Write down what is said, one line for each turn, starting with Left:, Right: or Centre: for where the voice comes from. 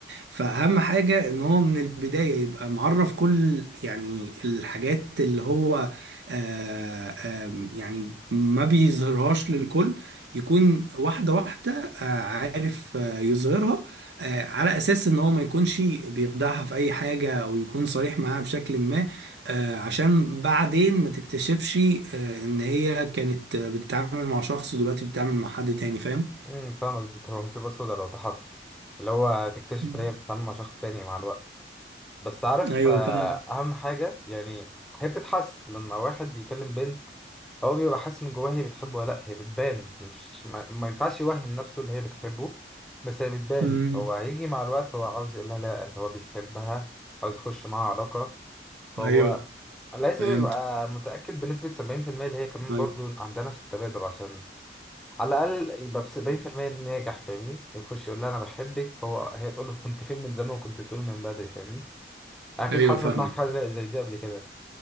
Right: فأهم حاجة إن هو من البداية يبقى معرف كل يعني الحاجات اللي هو آه، آم، يعني ما بيظهرهاش للكل يكون واحدة واحدة آه، عارف آه، يظهرها آه، على أساس إن هو ما يكونش بيخدعها في أي حاجة أو يكون صريح معاها بشكل ما آه، عشان بعدين ما تكتشفش آه، إن هي كانت آه، بتتعامل مع شخص ودلوقتي بتتعامل مع حد تاني فاهم؟
Centre: امم فاهمك دي تبقى مصيبة سودا لو ده حصل اللي هو تكتشف
Right: مم.
Centre: إن هي بتتعامل مع شخص تاني مع الوقت بس عارف
Right: ايوه
Centre: آه،
Right: فاهم
Centre: اهم حاجه يعني هي بتتحس لما واحد بيكلم بنت هو بيبقى حاسس من جواه هي بتحبه ولا لا هي بتبان مش ما, ما ينفعش يوهم نفسه ان هي بتحبه بس هي بتبان
Right: امم
Centre: هو هيجي مع الوقت هو عاوز يقول لها لا إن هو بيحبها عاوز يخش معاها علاقه فهو
Right: ايوه
Centre: لازم
Right: فهمت
Centre: يبقى متاكد بنسبه 70% اللي هي كمان
Right: أيوة.
Centre: برضو عندها نفس التبادل عشان على الاقل يبقى ب 70% ناجح فاهمني يخش يقول لها انا بحبك فهو هي تقول له كنت فين من زمان وكنت بتقول من بدري فاهمني؟ اكيد
Right: ايوه
Centre: حصلت
Right: فاهمك
Centre: معاك حاجه زي زي دي قبل كده